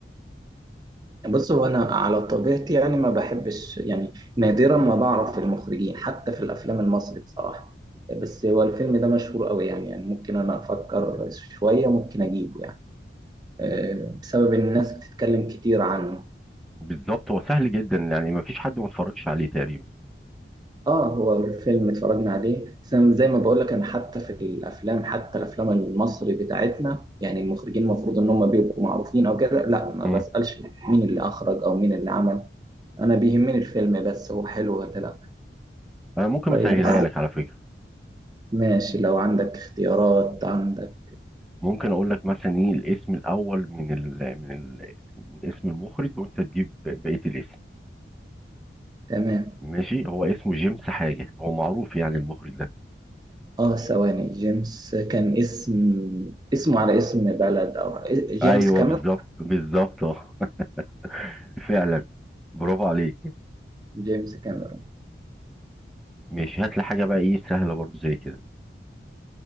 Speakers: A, on the right; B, in the centre.
A: بص هو انا على طبيعتي يعني ما بحبش يعني نادرا ما بعرف المخرجين حتى في الافلام المصري بصراحه بس هو الفيلم ده مشهور قوي يعني يعني ممكن انا افكر شويه ممكن اجيبه يعني آه، بسبب ان الناس بتتكلم كتير عنه
B: بالظبط هو سهل جدا يعني ما فيش حد ما اتفرجش عليه تقريبا
A: اه هو الفيلم اتفرجنا عليه بس أنا زي ما بقول لك انا حتى في الافلام حتى الافلام المصري بتاعتنا يعني المخرجين المفروض ان هم بيبقوا معروفين او كده لا ما
B: امم
A: بسالش مين اللي اخرج او مين اللي عمل انا بيهمني الفيلم بس هو حلو ولا لا
B: انا ممكن
A: طيب
B: اسهلها
A: بس
B: لك على فكره
A: ماشي لو عندك اختيارات عندك
B: ممكن اقول لك مثلا ايه الاسم الاول من ال من ال من اسم المخرج وانت تجيب بقيه الاسم
A: تمام
B: ماشي هو اسمه جيمس حاجه هو معروف يعني المخرج ده
A: اه ثواني جيمس كان اسم اسمه على اسم بلد او جيمس
B: ايوه
A: كاميرون
B: بالظبط بالظبط اه <laughs> فعلا برافو عليك
A: جيمس كاميرون
B: ماشي هات لي حاجه بقى ايه سهله برضو زي كده